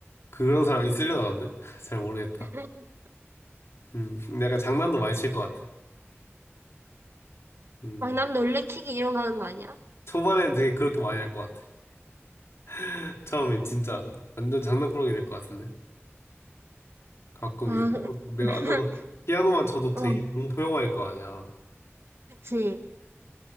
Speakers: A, on the left (about 65°); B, on the right (about 60°).
A: 그런 사람이 있으려나 근데 <laughs> 잘 모르겠다.
B: <laughs>
A: 음, 근데 약간 장난도 많이 칠 것 같아. 음,
B: 막 남 놀래키기 이런 거 하는 거 아니야?
A: 초반에는 되게 그렇게 많이 할 것 같아. <laughs> 처음엔 진짜 완전 장난꾸러기 될 것 같은데 가끔
B: 아,
A: 이제 내가
B: <laughs>
A: 앉아서 피아노만 쳐도 되게
B: 어,
A: 공포 영화일 거 아니야.
B: 그치.